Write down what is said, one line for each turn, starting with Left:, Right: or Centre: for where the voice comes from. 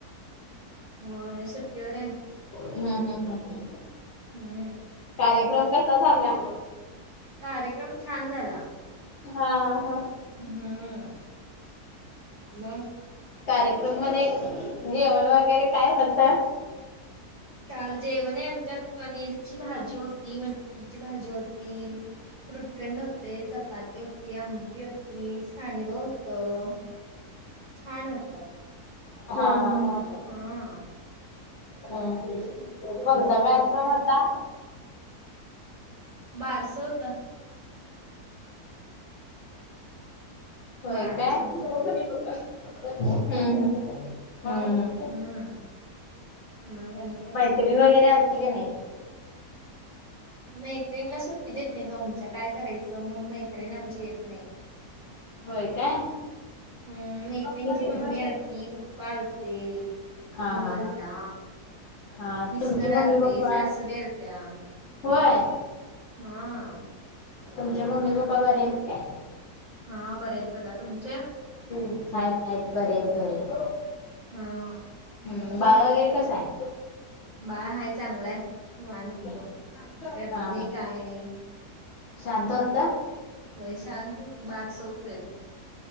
Right: होय सुट्टेवर आहे.
Left: हम हम हम
Right: हम्म
Left: कार्यक्रम
Right: मग
Left: कसा झाला.
Right: कार्यक्रम छान झाला.
Left: हा हा हा,
Right: हम मग.
Left: कार्यक्रम मध्ये जेवण वगैरे काय होत.
Right: काल जेवण आहे आमच्यात पनीरची भाजी होती मटठीची भाजी होती. फ्रुट. चखंड होते चपाती होती आमठी होती सांडगं होत. छान होत.
Left: हा हा हा,
Right: हा आ.
Left: हम् कोणता
Right: मग
Left: कार्यक्रम
Right: आणि काय
Left: होता.
Right: बारस होत.
Left: होय
Right: बाळाचं
Left: काय
Right: आमच्या
Left: हम् हम् हम हम.
Right: हम मग आणि काय.
Left: तीरण वगैरे आलती का नाही.
Right: मैत्रीिणीला सुट्टी देत नाही तो आमच्या काय करायचं म्हणून मैत्रीणी आमची येत नाही.
Left: होय काय
Right: हम् मैतिणची
Left: किती
Right: मम्मी
Left: हा
Right: अती पप्प''--'' चालते
Left: हा
Right: बोलता
Left: हा हा हा
Right: मिस्टर
Left: तुमची मम्मी
Right: आलते
Left: पप्पा
Right: सासूबाई अलत्या
Left: होय.
Right: हा
Left: तुमचे मम्मी पप्पा बरे येत काय?
Right: हा बरे येत बघा तुमचे
Left: हूं हूं हायत हायत बरेयेत बरेयेत.
Right: हा
Left: हम्म बाळ वगैरे कसाय?
Right: बाळ हाय चांगलाय निवांत
Left: हा
Right: रडल
Left: हा
Right: नाही काय नी
Left: शांत होता.
Right: व्हय शांत होत बारस होऊ पर्यंत